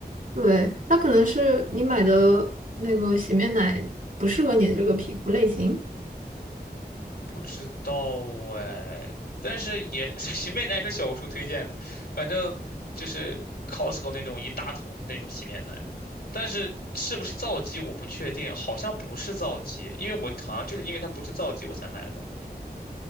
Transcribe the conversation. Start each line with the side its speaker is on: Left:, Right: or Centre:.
Right: 对，那可能是你买的那个洗面奶不适合你的这个皮肤类型。
Left: 不知道哎，但是也 <laughs> 洗面奶也是 <laughs> 小红书推荐的，反正就是 Costco 那种一大桶的那种洗面奶。但是是不是皂基我不确定，好像不是皂基，因为我好像就是因为它不是皂基我才买的，